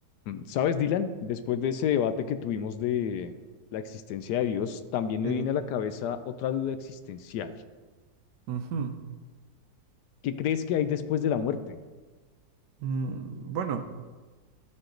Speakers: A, on the left; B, on the right.
A: Mm, ¿Sabes, Dylan? Después de ese debate que tuvimos de la existencia de Dios, también me
B: Sí.
A: viene a la cabeza otra duda existencial.
B: Ujú.
A: ¿Qué crees que hay después de la muerte?
B: Mm, bueno,